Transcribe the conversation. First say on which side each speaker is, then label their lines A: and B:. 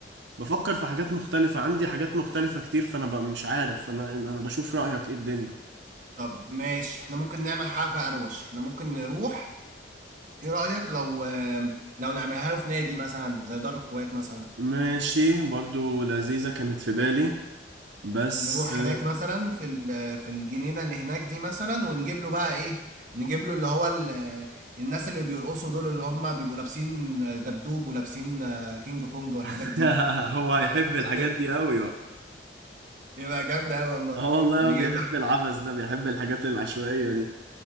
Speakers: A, on the right; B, on the right.
A: فبفكر في حاجات مختلفة عندي حاجات مختلفة كتير فانا ب- مش عارف انا انا بشوف رأيك ايه الدنيا
B: طب ماشي احنا ممكن نعمل حاجة اروش احنا ممكن نروح ايه رأيك لو لو نعملها له في نادي مثلا زي دار الكويت مثلا
A: ماشي برضو لذيذة كانت في بالي بس
B: نروح هناك مثلا في ال- آه، في الجنينه اللي هناك دي مثلا ونجيب له بقى ايه نجيب له اللي هو ال- آه، الناس اللي بيرقصوا دول اللي هم بيبقوا لابسين دبدوب ولابسين آه، كينج كونج والحاجات
A: <laughs>
B: دي
A: هو هيحب الحاجات
B: <laughs>
A: دي قوي بقى
B: يبقى جامدة أوي والله
A: اه والله
B: نجيب
A: هو بيحب
B: له حاجة
A: العبث ده بيحب الحاجات العشوائية دي